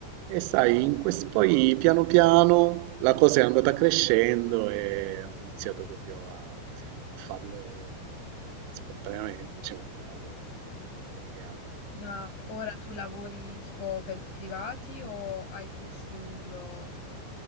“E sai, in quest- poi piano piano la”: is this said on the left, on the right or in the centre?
Right